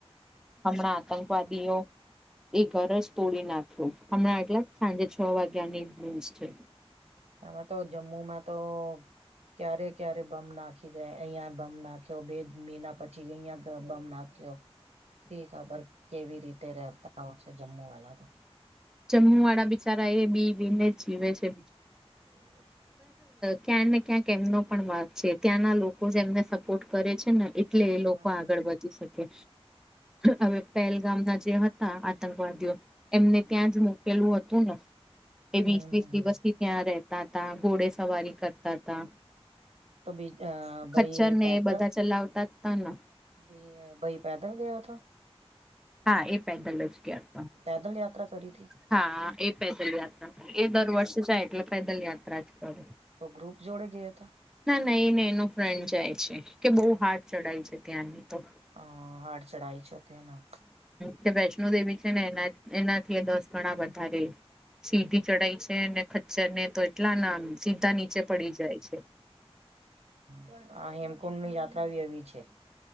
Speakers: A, in the centre; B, on the right.
A: હમણાં આતંકવાદીઓ એ ઘર જ તોડી નાખ્યું હમણાં એટલા સાંજે છ વાગ્યાનીસ છે
B: આમાં તો જમ્મુમાં તો ક્યારે ક્યારે બમ નાખી જાય અહિયાં બમ નાખ્યો બે મહિના પછી અહિયા બમ નાખ્યો.
A: <inaudible>
B: શી ખબર કેવી રીતે રે છે જમ્મુ વાલા
A: જમમુ વાળા બિચારા એ બી બેને જીવે છેજ
B: જીવે છે
A: ક્યાં ને ક્યાંક એમનો પણ વાાગ છે ત્યાંના લોકો જે એમને સપોર્ટ કરે છે ને એટલે એ
B: હા
A: લોકો આગળ વધી શકે. હવે પહેલગામ ના જે હતા આતંકવાદીઓ એમને ત્યાં જ મોકેલું હતું ને એ
B: હમ
A: વીસ વીસ દિવસ થી ત્યાં રહેતા હતા ઘોડે સવારી કરતા હતા.
B: તો બી ભાઈ
A: ખચ્ચર ને
B: પેદા
A: એ બધા ચલાવતા જ તાને.
B: બે ભઈ પેદલ ગયા તા.
A: હા એ પેદલ જ ગયા તા.
B: પેદલ યાત્રા કરી હતીથી.
A: હા એ પેદલ યાત્રા કર એ દર વર્ષે જાય એટલે પેદલ યાત્રા જ કરે.
B: તો ગ્રુપ જોડે ગયા હતા.
A: ના નહી એ ને એનો ફ્રેન્ડ જાય છે કે બહુ ફાસ્ટ ચડાય છે ત્યાંની તો
B: હ હાડ ચઢાઈ છે તેના
A: હ વૈષ્ણો દેવી છે ને એના એનાથી દસ ગણા વધારે સીધી ચઢાય છે અને ખચ્ચર ને તો એટલા ના સીધા નીચે પડી જાય છે.
B: હ આ હેમકુંડ ની યાત્રાી એવી છે.